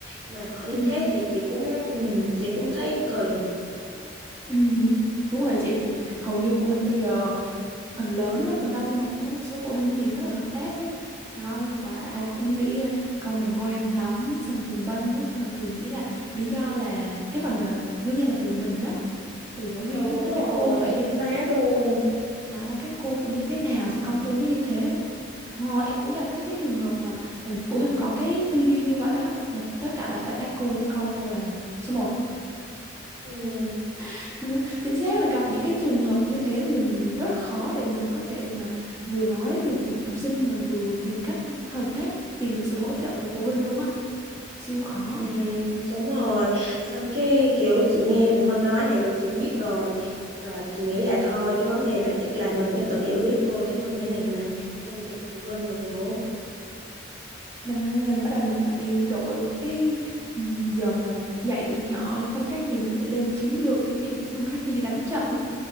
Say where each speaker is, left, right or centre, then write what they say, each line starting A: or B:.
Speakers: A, on the right (about 70°); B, on the right (about 15°).
A: mà họ như
B: Ừ.
A: thế thì chị cũng ừm, chị cũng thấy cười
B: Ừ, đúng rồi chị hầu như phụ huynh bây giờ phần lớn thôi phần đông nhưng mà cũng có một số phụ huynh thì rất là hợp tác ấy đó còn lại ai cũng nghĩ à, con mình ngoan lắm xong rồi thường bênh á xong rồi thường nghĩ là lý do là cái phần là nguyên nhân là từ mình đó từ giáo viên
A: Ừ,
B: á
A: đúng
B: là
A: rồi
B: các cô phải
A: chính
B: như
A: xác luôn
B: nó là các cô phải như thế nào thì con tôi mới như thế Ờ, em cũng gặp các cái trường hợp mà ừ, phụ huynh có cái tư duy như vậy á là tất cả là tại các cô chứ con tôi là số một
A: ừ,
B: <laughs> Đúng, chính xác là gặp những cái trường hợp như thế thì mình rất là khó để mình có thể mà vừa nói được học sinh mà vừa tìm cách hợp tác, tìm được sự hỗ trợ từ phụ huynh luôn á, siêu khó.
A: ừ, đúng rồi xong cái kiểu chị nghe phụ huynh nói vậy rồi chị biết rồi rồi chị nghĩ là thôi cái vấn đề này chắc là mình phải tự giải quyết thôi chứ không thể nào mà trông chờ phụ huynh được nữa
B: Đó là bắt đầu mình phải đổi cái giờ mà dạy tụi nhỏ không khác gì mình phải lên chiến lược cái gì, không khác gì đi đánh trận.